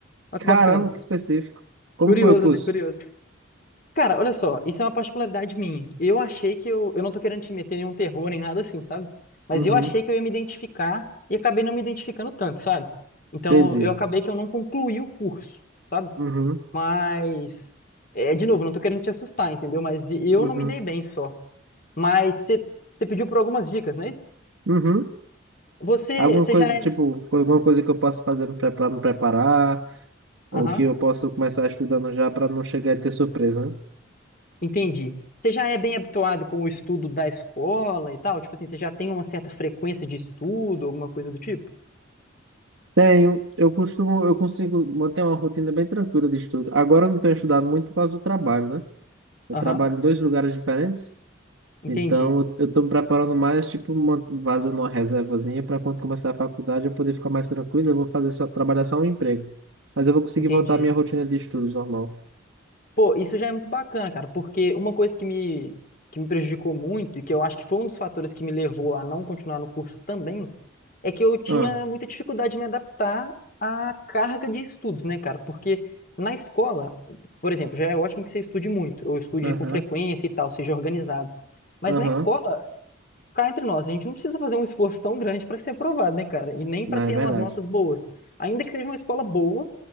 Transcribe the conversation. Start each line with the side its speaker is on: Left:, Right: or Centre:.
Left: Olha
Right: Caramba,
Left: que bacana.
Right: que específico. Como
Left: Curioso,
Right: foi o curso?
Left: né? Curioso. Cara, olha só, isso é uma particularidade minha. Eu achei que eu, eu não tô querendo te meter em nenhum terror nem nada assim, sabe? Mas
Right: Uhum.
Left: eu achei que eu ia me identificar e acabei não me identificando tanto, sabe? Então
Right: Entendi.
Left: eu acabei que eu não concluí o curso, sabe?
Right: Uhum.
Left: Mas, é, de novo, não tô querendo te assustar, entendeu? Mas e- eu
Right: Uhum.
Left: não me dei bem só. Mas você você pediu por algumas dicas, não é isso?
Right: Uhum.
Left: Você,
Right: Alguma
Left: você
Right: coisa,
Left: já é.
Right: tipo, alguma coisa que eu possa fazer para me preparar, ou
Left: Aham,
Right: que eu posso começar estudando já para não chegar e ter surpresa, né?
Left: entendi. Você já é bem habituado com o estudo da escola e tal? Tipo assim, você já tem uma certa frequência de estudo, alguma coisa do tipo?
Right: Tenho, eu costumo, eu consigo manter uma rotina bem tranquila de estudo. Agora eu não tenho estudado muito por causa do trabalho, né? Eu
Left: Aham.
Right: trabalho em dois lugares diferentes,
Left: Entendi,
Right: então eu eu tô me preparando mais, tipo, man- fazendo uma reservazinha para quando começar a faculdade eu poder ficar mais tranquilo, eu vou fazer só, trabalhar só um emprego. Mas eu vou conseguir
Left: entendi.
Right: voltar à minha rotina de estudos normal.
Left: Pô, isso já é muito bacana, cara, porque uma coisa que me, que me prejudicou muito e que eu acho que foi um dos fatores que me levou a não continuar no curso também, é que eu tinha
Right: Ah,
Left: muita dificuldade de me adaptar à carga de estudos, né, cara? Porque na escola, por exemplo, já é ótimo que você estude muito, ou estude
Right: aham,
Left: com frequência e tal, seja organizado. Mas
Right: aham,
Left: na escola, cá entre nós, a gente não precisa fazer um esforço tão grande para ser aprovado, né, cara? E nem
Right: não,
Left: para
Right: é
Left: ter
Right: verdade.
Left: umas notas boas. Ainda que seja uma escola boa